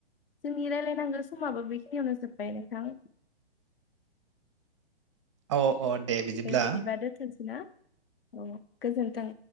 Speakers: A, on the left; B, on the right.
A: जोंनि रायलायनांगौ समाबो बेखिनियावनो जोब्बाय नोंथां।
B: अ। अ दे बिदिब्ला।
A: बिदिबा दोनथ'नोसै ना औ गोजोनथों।